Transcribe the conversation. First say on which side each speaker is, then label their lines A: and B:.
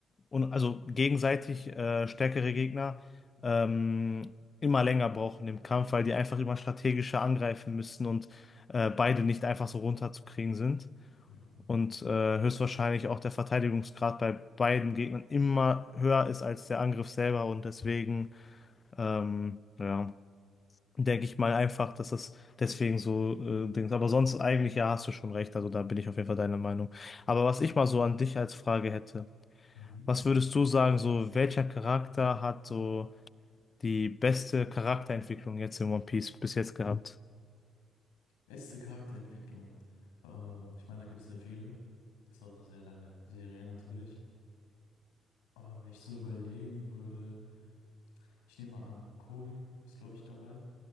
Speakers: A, on the left; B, on the left.
A: und also gegenseitig äh, stärkere Gegner ähm, immer länger brauchen im Kampf, weil die einfach immer strategischer angreifen müssen und äh, beide nicht einfach so runterzukriegen sind.
B: Ja.
A: Und äh, höchstwahrscheinlich auch der Verteidigungsgrad bei beiden Gegnern immer höher ist als der Angriff selber. Und deswegen, ähm, ja, denke ich mal einfach, dass das deswegen so äh, Dings. Aber sonst eigentlich, ja, hast du schon recht. Also da bin ich auf jeden Fall deiner Meinung. Aber was ich mal so an dich als Frage hätte,
B: Mhm.
A: was würdest du sagen, so welcher Charakter hat so die beste Charakterentwicklung jetzt in One Piece bis jetzt gehabt?
B: Beste Charakterentwicklung. Ähm, ich meine, da gibt es sehr viele. Ist auch eine sehr lange Serie natürlich. Ähm, wenn ich so überlegen würde, ich nehme mal an, Kobe ist, glaube ich, dabei,